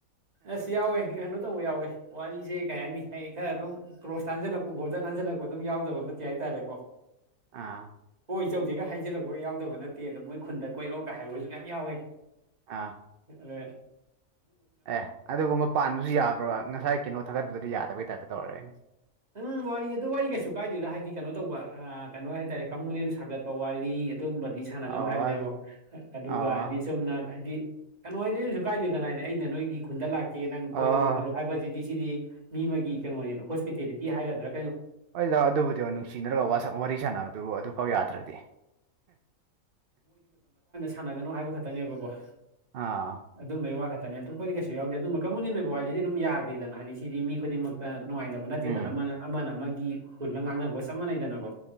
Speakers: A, on the right; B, on the right.
A: ꯑꯁ ꯌꯥꯎꯋꯦ ꯀꯩꯅꯣ ꯇꯧꯕ ꯌꯥꯎꯋꯦ ꯋꯥꯔꯤꯁꯦ ꯀꯩ ꯍꯥꯏꯅꯤ ꯍꯥꯏ ꯈꯔ ꯑꯗꯨꯝ ꯀ꯭ꯔꯣꯁ ꯇꯥꯟꯖꯜꯂꯛꯄ ꯕꯣꯗꯔ ꯂꯥꯟꯖꯜꯂꯛꯄ ꯑꯗꯨꯝ ꯌꯥꯎꯗꯕ ꯅꯠꯇꯦ ꯍꯥꯏ ꯇꯥꯔꯦꯀꯣ
B: ꯑꯥ
A: ꯆꯧꯁꯤꯒꯦ ꯍꯥꯏꯖꯤꯜꯂꯛꯄꯒ ꯌꯥꯎꯗꯕ ꯅꯠꯇꯦ ꯑꯗ ꯃꯣꯏ ꯈꯨꯟꯗ ꯀꯣꯏꯔꯛꯎ ꯀꯥꯏ ꯍꯥꯏꯕꯁꯨ ꯌꯥꯝ ꯌꯥꯎꯋꯦ
B: ꯑ
A: ꯑ
B: ꯑꯦ ꯑꯗꯨꯒꯨꯝꯕ ꯄꯥꯟꯕꯁꯨ ꯌꯥꯕ꯭ꯔꯣ ꯉꯁꯥꯏ ꯀꯩꯅꯣ ꯊꯥꯒꯠꯄꯗꯗꯤ ꯌꯥꯗꯕꯒꯤ ꯇꯥꯏꯞꯇ ꯇꯧꯔꯦ
A: ꯎꯝ ꯋꯥꯔꯤ ꯑꯗꯨ ꯋꯥꯔꯤ ꯀꯩꯁꯨ ꯀꯥꯏꯗꯦꯗ ꯍꯥꯏꯗꯤ ꯀꯩꯅꯣ ꯇꯧꯕ ꯀꯩꯅꯣ ꯍꯥꯏꯇꯥꯔꯦ ꯀꯃꯨꯅꯦꯜ ꯁꯥꯒꯠꯄ ꯋꯥꯔꯤ ꯑꯗꯨꯕꯗꯤ ꯁꯥꯟꯅꯒꯅꯨ
B: ꯑꯣ
A: ꯍꯥꯏꯕꯅꯦꯕ ꯑꯗꯨꯒ
B: ꯑ
A: ꯍꯥꯏꯗꯤ ꯆꯨꯝꯅ ꯍꯥꯏꯗꯤ ꯀꯩꯅꯣ ꯍꯥꯏꯗꯤ ꯑꯩꯩꯅꯁꯨ ꯀꯥꯏꯗꯦꯗꯅ ꯍꯥꯏꯅꯦ ꯑꯩꯅ ꯅꯣꯏꯒꯤ ꯈꯨꯟꯗ ꯂꯥꯛꯀꯦ ꯑꯦ ꯅꯪ
B: ꯑ
A: ꯀꯣꯏꯔꯛꯎ ꯈꯣꯠꯂꯨ ꯍꯥꯏꯕꯁꯤꯗꯤ ꯁꯤꯗꯤ ꯃꯤ ꯑꯃꯒꯤꯒꯤ ꯀꯩꯅꯣꯅꯦꯅ ꯍ ꯄꯤꯦꯔꯤꯇꯤ ꯍꯥꯏꯒꯗ꯭ꯔꯥ
B: ꯍ ꯏꯗ ꯑꯗꯨꯕꯨꯗꯤꯣ ꯅꯨꯡꯁꯤꯅꯔꯒ ꯋꯥꯔꯤ ꯁꯥꯟꯅꯕꯗꯨꯕꯨ ꯑꯗꯨꯐꯥꯎ ꯌꯥꯗ꯭ꯔꯗꯤ
A: ꯁꯥꯟꯅꯒꯅꯣ ꯍꯥꯏꯕ ꯈꯛꯇꯅꯦꯕꯀꯣ
B: ꯑꯥ
A: ꯑꯗꯨꯝꯕꯩ ꯋꯥ <unintelligible> ꯑꯇꯣꯞꯄꯗꯤ ꯀꯩꯁꯨ ꯌꯥꯎꯗꯦ ꯑꯗꯨꯝꯕ ꯀꯃꯨꯅꯦꯜ ꯑꯣꯏꯕ ꯋꯥꯁꯤꯗꯤ ꯑꯗꯨꯝ ꯌꯥꯗꯦꯗꯅ ꯍꯥꯏꯗꯤ ꯁꯤꯗꯤ ꯃꯤ ꯈꯨꯗꯤꯡꯃꯛꯇ ꯅꯨꯡꯉꯥꯏꯅ ꯅ
B: ꯎꯝ
A: ꯃꯃꯅ ꯑꯃ ꯅ ꯃ ꯃꯤ ꯍꯨꯜꯂꯒ ꯉꯥꯡꯅꯕꯒ ꯆꯞꯃꯥꯅꯩꯗꯅꯀꯣ